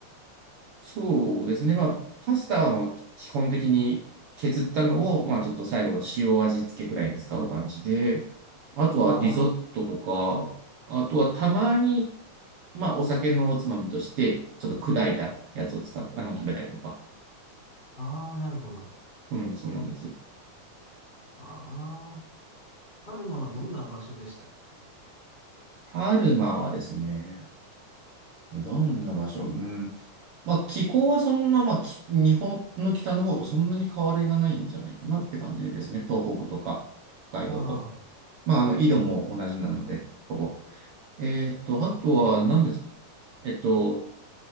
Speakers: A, on the right; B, on the left.
A: そうですね。まあ、パスタはもう基本的に削ったのを、まあ、ちょっと最後の塩味付けくらいに使う感じで、あとはリゾットとか、
B: ああ、
A: あとはたまに、まあ、お酒のおつまみとして、ちょっと砕いたやつを使っあの、食べたりとか。
B: ああ、なるほど。
A: うん、そうなんです。
B: ああ、パルマはどんな場所でした
A: パルマはですね、どんな場所うん。まあ、気候はそんな、まあ、き日本の北の方とそんなに変わりがないんじゃないかなって感じですね。東北とか、北海道と。
B: ああ、
A: まあ、あの、緯度も同じなので、ほぼ。えっと、あとは何ですかえっと、